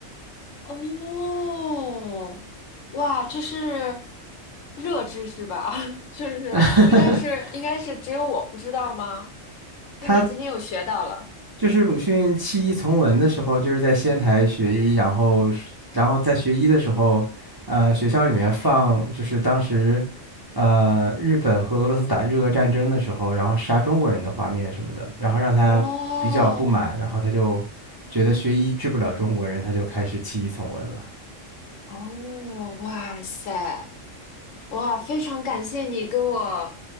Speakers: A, on the left; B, on the right.
A: 哦，哇，这是热知识吧？<laughs> 是不是？
B: <laughs>
A: 应该是应该是只有我不知道吗？天呐，
B: 他
A: 今天又学到了。
B: 就是鲁迅弃医从文的时候，就是在仙台学医，然后是然后在学医的时候，呃，学校里面放就是当时，呃，日本和俄罗斯打日俄战争的时候，然后杀中国人的画面什么的，然后让他比较不满，
A: 哦
B: 然后他就觉得学医治不了中国人，他就开始弃医从文了。
A: 哦，哇塞，哇，非常感谢你跟我